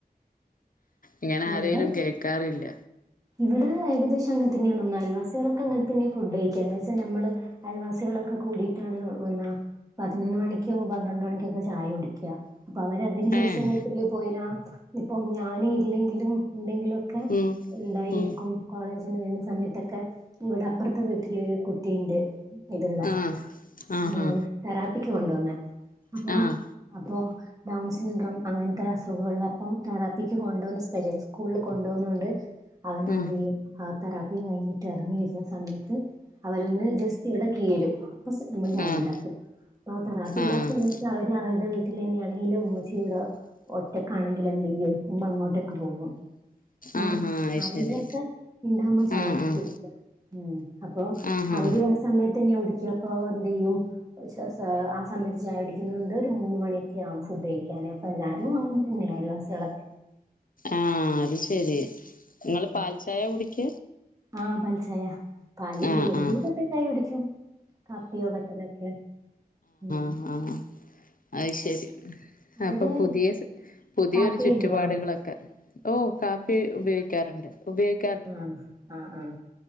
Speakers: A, on the left; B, on the right.
A: ഇങ്ങനെ ആരേലും
B: ഇവിടെ
A: കേക്കാറില്ല.
B: ഇവിടെ ഏകദേശ അങ്ങനെതന്നെയാണ് ഒന്ന് അയൽവാസികളക്കെങ്ങനെ തന്നെയ ഫുഡ് കഴിക്ക എന്താച്ചാ ഞമ്മള്. അയൽവാസികളൊക്കെ കൂടിയിട്ടാണ് വന്നാ. പതിനൊന്ന് മണിക്കും പന്ത്രണ്ട് മണിക്കൊക്കെ ചായ കുടിക്ക. അപ്പൊ അവരതിന് ശേഷം
A: ഏഹ്
B: വീട്ടില് പോയല ഇപ്പൊ ഞാന് ഇല്ലെങ്കിലും ഉണ്ടെങ്കിലും. ഒക്കെ
A: ഉം
B: ഉണ്ടായിരിക്കും.
A: ഉം
B: കോളേജിന്ന് വരുന്ന സമയത്തൊക്കെ ഇവിടെ അപ്പുറത്തെ വീട്ടിലൊരു കുട്ടിയുണ്ട്. ഇതുള്ള
A: ആഹ് ആഹാ
B: ഏ തെറാപ്പിക്ക് കൊണ്ട് പോന്നെ അപ്പോ.
A: ആഹ്
B: അപ്പോ ഡൗൺ സിൻഡ്രം അങ്ങനത്തെ അസുഖോള്ളപ്പോ തെറാപ്പിക്ക്. കൊണ്ടോവുന്ന സ്പെഷ്യൽ സ്കൂളിൽ കൊണ്ടോവുന്നോണ്ട് അവന്
A: ആഹ്
B: എന്ത് ചെയ്യും. ആ തെറാപ്പിയും കഴിഞ്ഞിട്ട് എറങ്ങി വരുന്ന സമയത്ത് അവരൊന്ന് ജസ്റ്റ് ഇവടെ കേറും. ഫസ്റ്റ് നമ്മള് ചായേണ്ടാക്കും.
A: ആഹ്
B: അപ്പ തറാപ്പില്ലാത്ത
A: ആഹ്
B: സമയത്ത് അവര് അവരുടെ വീട്ടിലന്നെയാണെങ്കിലും ഉമ്മച്ചീവിടോ. ഒറ്റക്കാണെങ്കില് എന്തെയ്യും ഉമ്മ അങ്ങോട്ടൊക്കെ പോകും അപ്പ
A: ആഹ് ആഹ് ആഹാ അത്
B: ആരെങ്കിലൊക്കെ.
A: ശരി
B: ഇണ്ടാവുമ്പോ ചായൊക്കെ
A: ആഹ് ആഹ്
B: കുടിക്ക ഉം അപ്പോ
A: ആഹാ
B: അവര് ഹ സമയത്തന്നെ ഓടിക്ക. അപ്പൊ എന്ത് ചെയ്യും? ഉച്ച സ, ആ സമയത്ത് ചായ കുടിക്കുന്ന കൊണ്ട് ഒരു മൂന്ന് മണിയൊക്കെയാവും ഫുഡ് കഴിക്കാന്. അപ്പൊ എല്ലാരും അ പിന്നെ അയൽവാസിളക്കെ.
A: ആഹ് അത് ശരി ഇങ്ങള്
B: ഉം
A: പാൽചായെ കുടിക്ക.
B: ആഹ് പാൽ ചായ. പാല്
A: ആഹ്
B: ഇല്ലെങ്കില്
A: ആഹ്
B: കട്ടൻ ചായ കുടിക്കൂ. കാപ്പിയോ കട്ടനൊക്കെ ഉം.
A: ആഹ അയ് ശരി
B: അവിടെ
A: അപ്പം പുതിയ പുതിയൊരു
B: കാപ്പി
A: ചുറ്റുപാടുകളൊക്കെ.
B: ഇണ്ടാവോ
A: ഓ കാപ്പി ഉപയോഗിക്കാറുണ്ട്. ഉപയോഗി
B: ആഹ്, ആഹ്, ആഹ്.